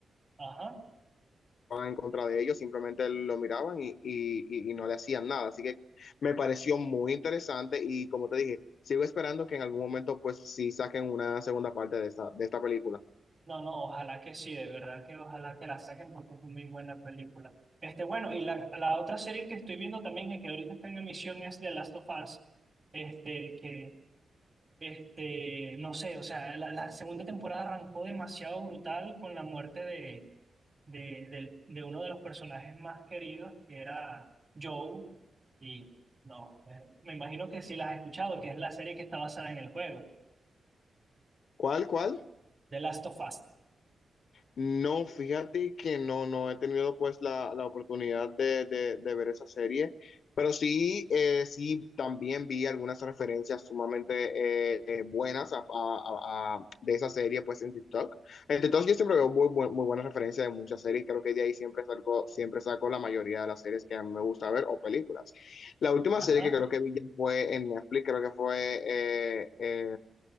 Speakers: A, on the right; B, on the left.
A: Ajá.
B: en contra de ellos, simplemente lo miraban y, y, y no le hacían nada. Así que me pareció muy interesante y como te dije, sigo esperando que en algún momento pues sí saquen una segunda parte de esta, de esta película.
A: No, no, ojalá que sí, de verdad que ojalá que la saquen porque es muy buena película. Este, bueno, y la, la otra serie que estoy viendo también, y que ahorita está en emisión, es The Last of Us, este, que, este, no sé, o sea, la, la segunda temporada arrancó demasiado brutal con la muerte de de, del- de uno de los personajes más queridos, que era Joe, y no, eh, me imagino que sí la has escuchado, que es la serie que está basada en el juego,
B: ¿Cuál, cuál?
A: The Last of Us.
B: No, fíjate que no, no he tenido pues la, la oportunidad de, de- de ver esa serie, pero sí, eh, sí, también vi algunas referencias sumamente eh, eh, buenas a- a- a- a- de esa serie pues en TikTok. En TikTok yo siempre veo muy, bu- muy buenas referencias de muchas series, creo que de ahí siempre saco, siempre saco la mayoría de las series que a mí me gusta ver o películas. La última
A: Ajá,
B: serie que creo que vi ya fue en Netflix, creo que fue... eh, eh,